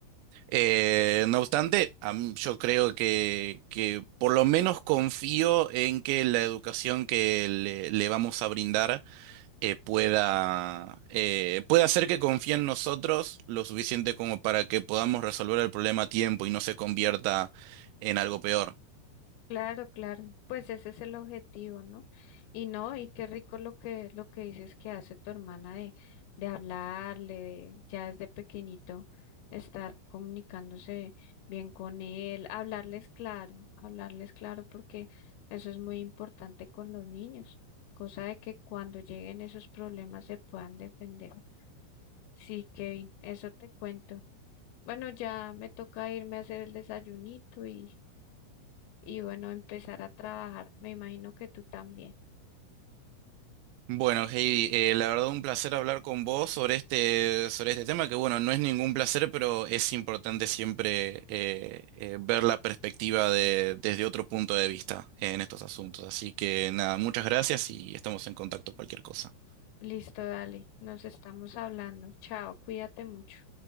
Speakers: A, on the right; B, on the left.
A: Eh, no obstante, a mí- yo creo que, que por lo menos confío en que la educación que le, le vamos a brindar eh, pueda, eh, pueda hacer que confíe en nosotros lo suficiente como para que podamos resolver el problema a tiempo y no se convierta en algo peor.
B: Claro, claro, pues ese es el objetivo, ¿no? Y no, y qué rico lo que, lo que dices que hace tu hermana de, de hablarle, de, ya desde pequeñito estar comunicándose bien con él, hablarles claro, hablarles claro, porque eso es muy importante con los niños, cosa de que cuando lleguen esos problemas se puedan defender. Sí, Kevin, eso te cuento. Bueno, ya me toca irme a hacer el desayunito y y bueno, empezar a trabajar. Me imagino que tú también.
A: Bueno, Heidi, eh, la verdad un placer hablar con vos sobre este, sobre este tema, que bueno, no es ningún placer, pero es importante siempre eh, eh, ver la perspectiva de, desde otro punto de vista en estos asuntos. Así que nada, muchas gracias y estamos en contacto cualquier cosa.
B: Listo, dale, nos estamos hablando. Chao, cuídate mucho.